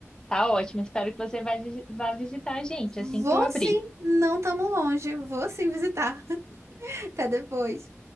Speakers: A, on the left; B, on the right.
A: Tá ótimo, espero que você vá, visi- vá visitar a gente
B: Vou
A: assim que eu abrir.
B: sim, não tamo longe, vou sim visitar. <laughs> Até depois.